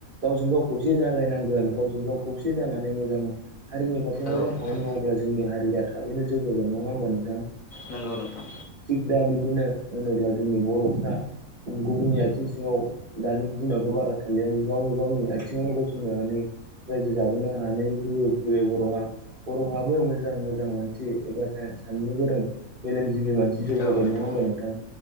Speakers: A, on the right; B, on the left.
A: गावजों गाव खौसे जालायनांगोन गावजों गाव खौसे जानानै मोजां हारिनि फारसे मोजां
B: औ
A: खामानि
B: नोंथां
A: मावोब्ला जोंनि हारिया थाबैनो जौगागोन नंङा होमबा नोंथां ।
B: नंगौ नोंथां
A: थिग दा बिदिनो होनोब्ला जोंनि बरफ्रा गुबुननि आथिं सिङाव दानि दिनावथ बारा थालिया गाव गावनि आथिङावनो गसंनानै रायजो जाबोनो हानाय गह फैबाय बरआ बरहाबो मोजां मोजां मानसि एबा साननो गोरों मेलेमजिबि मानसि जौगाबाय
B: औ नोंथां
A: नङा हबा नोंथा